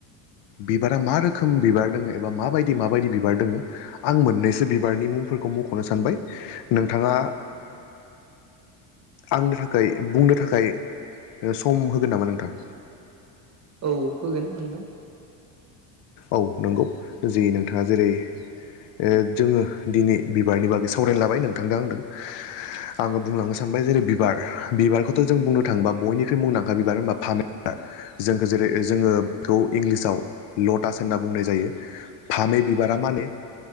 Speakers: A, on the left; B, on the right.
A: बिबारा मा रोखोम बिबार दोङो एबा माबायदि माबायदि बिबार दोङो आं मोननैसो बिबारनि मुंफोरखौ मखनो सानबाय नोंथाङा आंनो थाखाय बुंनो थाखाय सम होगोन नामा नोंथां
B: औ होगोन नोंथां
A: औ नंगौ जि नोंथाङा जेरै ओ जोङो दिनै बिबारनि बागै सावरायनो लाबाय नोंथांदों आंदों आङो बुंलांनो सानबाय जेरै बिबार बिबारखौथ जों बुंनो थाङोबा बयनिख्रुइ मुंदांखा बिबार होनबा फामे बिबार जोंखौ जेरै जोङो बेखौ इंलिसाव लटास होनना बुंनाय जा यो फामै बिबारा माने